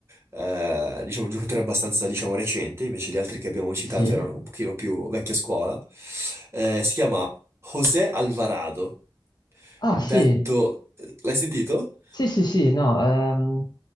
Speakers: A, on the right; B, on the left.
A: eh, diciamo, un giocatore abbastanza, diciamo, recente, invece gli altri che abbiamo citato
B: Sì?
A: erano un pochino più vecchia scuola. Eh, si chiama José Alvarado,
B: Ah,
A: detto...
B: sì.
A: eh, L'hai sentito?
B: Sì, sì, sì, no. ehm,